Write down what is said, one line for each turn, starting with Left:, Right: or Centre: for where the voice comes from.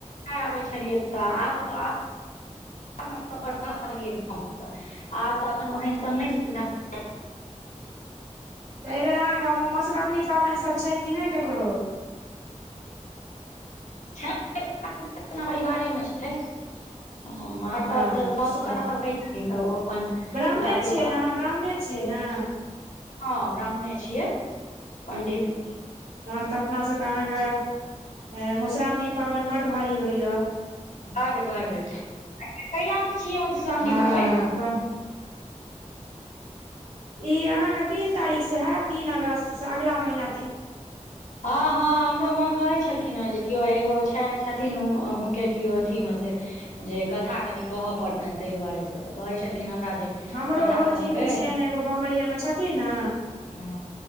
Left: नै आबै छलियै तऽ आब त आब <unintelligible> आब तऽ एखन ओहनसन नै छै सुधार
Right: तऽ एहि बेेर अहाँके गांवमे मधुश्रावणी पाबनि सब छै कि नै ककरो
Left: छै <unintelligible> परिवारेमे छै हर साल
Right: अच्छा
Left: तऽ सब कहै छथिन तऽ ओ अपन हुनका
Right: ब्राह्मणे
Left: केओ
Right: छियै
Left: <unintelligible>
Right: ने अहाँ ब्राह्मणे छियै ने
Left: हँ ब्राह्मणे छियै पण्डित
Right: तहन तऽ अपना सबके अहाँके मधुश्रावणी पाबनि बड़ भारी होइए
Left: बड बड कहिआसँ छियै मधुश्रावणी
Right: हँ
Left: पबैन
Right: तऽ ई अहाँ के तीन तारीख स हाएत तीन अगस्त अगला महिना
Left: हँ हँ हमरो माँ कहै छलखिन हेँ जे कियो एगो छैय छथिनो उ हुनके किओ अथी मे से जे कथा कनि कहय पड़तनि तै दुआरे स तऽ कहै छलखिन हमरा जे
Right: हमरो
Left: कथा
Right: भौजीके
Left: कहबै
Right: छियनि एगो बम्बईये मे छथिन ने
Left: हँ